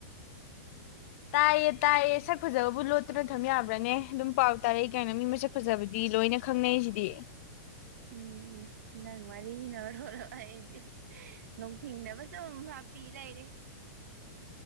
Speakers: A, on the left; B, on the right.
A: ꯇꯥꯏꯌꯦ ꯇꯥꯏꯌꯦ ꯁꯛ ꯐꯖꯕꯕꯨ ꯂꯣꯠꯇꯨꯅ ꯊꯝ ꯌꯥꯕ꯭ꯔꯅꯦ ꯑꯗꯨꯝ ꯄꯥꯎ ꯇꯥꯔꯛꯏ ꯀꯩꯅꯣ ꯃꯤ ꯃꯁꯛ ꯐꯖꯕꯗꯤ ꯂꯣꯏꯅ ꯈꯪꯅꯩꯁꯤꯗꯤ
B: ꯎꯝ ꯎꯝ ꯅꯪ ꯋꯥꯔꯤꯅ ꯃꯔꯣꯟ ꯑꯃ ꯑꯩꯗꯤ ꯅꯣꯛꯅꯤꯡꯅꯕ ꯁꯨꯝ ꯍꯥꯞꯄꯤ ꯂꯩꯔꯦ